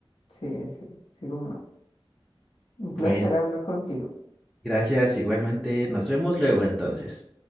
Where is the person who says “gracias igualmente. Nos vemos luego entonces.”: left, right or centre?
Centre